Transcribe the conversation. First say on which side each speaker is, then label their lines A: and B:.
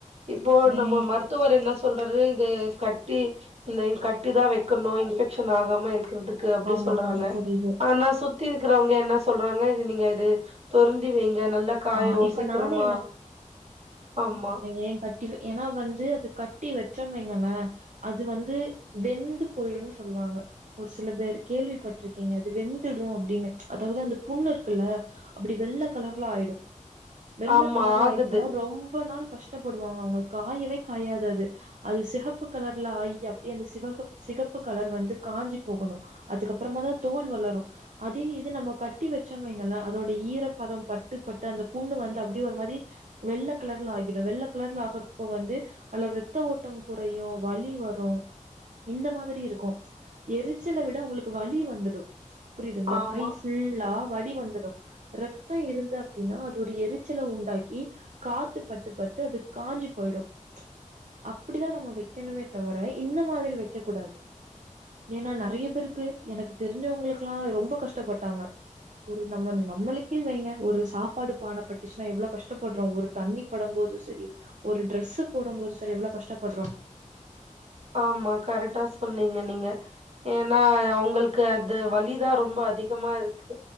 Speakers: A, on the right; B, on the right.
A: இப்போ
B: ம்
A: நம்ம மரு த்துவர் என்ன சொல்றாரு இத கட்டி இந்த கட்டி தா வைக்கணு இன்ஃபெக்ஷன் ஆகாம இருக் குறதுக்கு அப்டி
B: ஆமாங்க
A: சொல்றாங்க
B: புரியுது
A: ஆனா சுத்தி இருக்கறவங்க என்ன சொல்றாங்க இது நீங்க இது தொரறந்தி வைங்க நல்ல காயோ
B: ஆ இப்ப
A: சீக்கிறமா
B: நானே
A: ஆமா
B: ஏ க ஏன்னா வந்து அது கட்டி வச்சோன்னு வைங்களே அது வந்து வெந்து போயிடுன்னு சொல்லுவாங்க ஒரு சில பேர் கேள்விப்பட்டிருக்கீங்க அது வெந்துடு அப்படின்னு அதாவது அந்த புண்ணு இருக்குல்ல அப்டி வெள்ள கலர்லா ஆயிடு வெள்ள
A: ஆமா
B: கலர்லா
A: ஆகுது
B: ஆயிச்சன்னா ரொம்ப நாள் கஷ்டப்படுவாங்க அவுங்க காயவே காயாது அது அது சிகப்பு கலர்ல ஆயி அப்படியே அந்த சிகப்பு கலர் வந்து காஞ்சி போகணு அதுக்கப்புறமா தா தோல் வளரு அதே இது நம்ம கட்டி வச்சோம்ணு வைங்கலே அதோட ஈரப்பதோ பட்டு பட்டு அந்த புண்ணு வந்து அப்படியே ஒரு மாரி வெள்ள கலர்ல ஆகிடு வெள்ளை கலர்ல ஆகறப்போ வந்து அதுல இரத்த ஓட்டோ குறையு வலி வரும் இந்த மாதிரி இருக்கு எரிச்சல விட உங்களுக்கு வலி வந்துடு புரியுதுங்களா
A: ஆமா
B: கை ஃபுல்லா வலி வந்துடு ரத்தம் இருந்த அப்படின்னா அ ஒரு எரிச்சல உண்டாக்கி காத்து பட்டு பட்டு அது காய்ஞ்சு போயிடு அப்படிதா நம்ம வெக்கணுமே தவிர இந்த மாதிரி வைக்க கூடாது ஏன்னா நைறைய பேருக்கு எனக்கு தெரிஞ்சவங்கக்கெல்லா ரொம்ப கஷ்டப்பட்டாங்க ஒரு லெமன்ல நம்மளுக்கே வைங்க ஒரு சாப்பாடு பானைப்பட்டுச்சுன்னா எவ்வளோ கஷ்டப்படுறோ ஒரு தண்ணி படும் போது சரி ஒரு டிரரெஸ்போடு போது சார் எவ்வளவு கஷ்டப்படுறோ
A: ஆமா கரெக்டா சொன்னீங்க நீங்க ஏன்னா அவங்களுக்கு அது வலிதா ரொம்ப அதிகமா இருக்கு